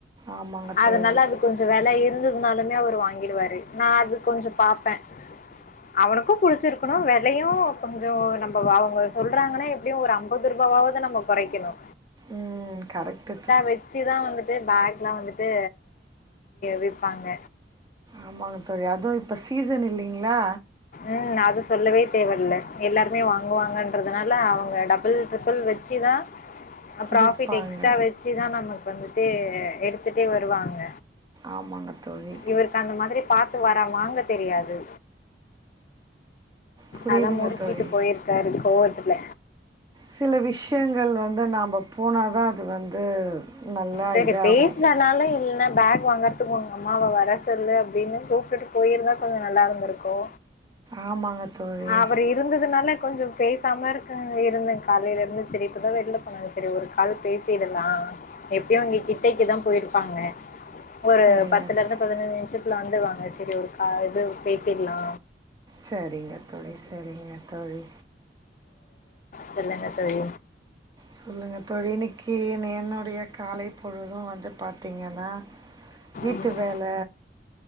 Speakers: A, on the right; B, on the left.
A: ஆமாங்க
B: அதனால
A: தோழி
B: அது கொஞ்ச வில இருந்தது இருந்தாலுமே அவரு வாங்கிடுவாரு நான் அது கொஞ்ச பாப்பேன் அவனுக்கும் புடிச்சிருக்கணும் விலையும் கொஞ்சம் நம்ம அவங்க சொல்றாங்கன்னா எப்படியும் ஒரு ஐம்பது ரூபாவது நம்ம குறைக்கணும
A: உம் கரக்ட்
B: வச்சுதான் வந்து பேக்லாம் வந்துட்டு விப்பாங்க
A: ஆமாங்க தோழி அதுவும் இப்ப சீசன் இல்லீங்ளா
B: உம் அது சொல்லவே தேவல்ல எல்லாருமே வாங்குவாங்கன்றது அதனால அவங்க டபுள் ட்ரிபிள் வச்சுதான் ப்ராஃபிட்
A: விற்பாங்க
B: எக்ஸ்ட்ரா வெச்சுதா நமக்கு வந்து இது எடுத்துட்டே வருவாங்க
A: ஆமாங்க தோழி
B: இவருக்கு அந்த மாதிரி பாத் வர வாங்க தெரியாது
A: புரியுதுங்க
B: அதா முறுக்கிட்டு
A: தோழி
B: போயிருக்காரு கோவ் துல
A: சில விஷ்யங்கள் வந்து நாம போனாதா அது வந்து நல்லா
B: சரி
A: இதாகு
B: பேசலனாலும் இல்லைன்னா பேக் வாங்கறதுக்குங்க அம்மாவ வர சொல்லு அப்டின்னு கூப்ட்டுட்டு போயிருந்தா கொஞ்சோ நல்லா இருந்துருக்கு. ஹோ
A: ஆமாங்க தோழி
B: அவுரு இருந்ததுனால கொஞ்சோ பேசாம இருக்க இருந்தேங்க காலேல இருந்து செரி இப்பதான் வெளில போனாங்க செரி ஒரு கால் பேசிடலா எப்பயு இங்க கிட்டைக்கு தா போய்ருப்பாங்க ஒரு
A: சரிங்க
B: பத்துல இருந்து
A: த-
B: பதினஞ் ஷிப்ல வந்துருவாங்க சரி ஒரு கால் இது பேஸ் சிர்லா
A: செரிங்க தோழி செரிங்க தோழி
B: தெர்லங்க தோழி
A: சொல்லுங்க தோழி இன்னைக்கி என்னுடைய காலை பொழுது வந்து பாத்தீங்கன்னா வீட்டு
B: ம்.
A: வேல